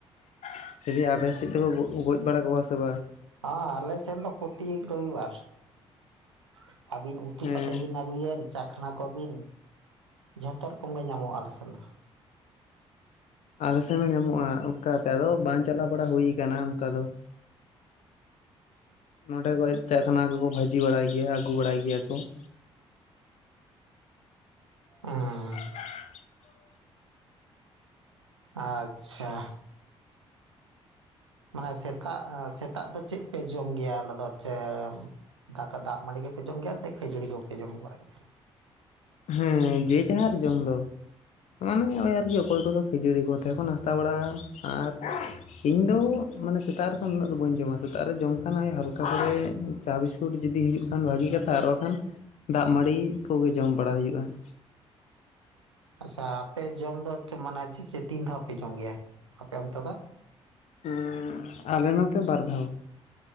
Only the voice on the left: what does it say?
<unintelligible> ᱟᱵᱮᱱ ᱥᱮᱫ ᱫᱚ ᱠᱚ ᱜᱚᱡ ᱵᱟᱲᱟ ᱠᱚᱣᱟ ᱥᱮ ᱵᱟᱝ?
ᱦᱮᱸ
<inaudible> ᱟᱞᱮ ᱥᱮᱱ ᱦᱚᱸ ᱧᱟᱢᱚᱜᱼᱟ ᱚᱱᱠᱟ ᱛᱟ ᱨᱮᱦᱚᱸ ᱵᱟᱝ ᱪᱟᱞᱟᱣ ᱵᱟᱲᱟ ᱦᱩᱭ ᱟᱠᱟᱱᱟ ᱚᱱᱠᱟ ᱫᱚ ᱾ <inaudible> ᱱᱚᱸᱰᱮ ᱠᱷᱚᱡ ᱪᱟᱠᱷᱱᱟ ᱠᱚᱠᱚ ᱵᱷᱟᱹᱡᱤ ᱵᱟᱲᱟᱭ ᱜᱮᱭᱟ ᱟᱹᱜᱩ ᱵᱟᱲᱟᱭ ᱜᱮᱭᱟ ᱠᱚ ᱾
<inaudible>
ᱦᱮᱸ ᱡᱮ ᱡᱟᱦᱟᱨ ᱡᱚᱢ ᱫᱚ ᱾ <inaudible> ᱢᱟᱱᱮ ᱳᱭ ᱟᱨᱠᱤ ᱚᱠᱚᱭ ᱠᱚᱫᱚ ᱠᱷᱟᱹᱡᱟᱹᱲᱤ ᱠᱚᱛᱮ ᱠᱚ ᱱᱟᱥᱛᱟ ᱵᱟᱲᱟᱜᱼᱟ ᱟᱨ ᱤᱧᱫᱚ ᱢᱟᱱᱮ ᱥᱮᱛᱟᱜ ᱨᱮ ᱩᱱᱟᱹᱜ ᱫᱚ ᱵᱟᱹᱧ ᱡᱚᱢᱟ ᱾ ᱥᱮᱛᱟᱜ ᱨᱮ ᱡᱚᱢ ᱠᱷᱟᱱ ᱳᱭ ᱦᱟᱞᱠᱟ ᱠᱚᱨᱮ ᱪᱟ ᱵᱤᱥᱠᱩᱴ ᱡᱩᱫᱤ ᱦᱤᱡᱩᱜ ᱠᱷᱟᱱ ᱵᱷᱟᱜᱤ ᱠᱟᱛᱷᱟ ᱟᱨ ᱵᱟᱠᱷᱟᱱ ᱫᱟᱜ ᱢᱟᱹᱰᱤ ᱠᱚᱜᱮ ᱡᱚᱢ ᱵᱟᱲᱟ ᱦᱩᱭᱩᱜᱼᱟ ᱾
ᱩᱸᱻ ᱟᱞᱮ ᱱᱚᱛᱮ ᱵᱟᱨ ᱫᱷᱟᱣ ᱾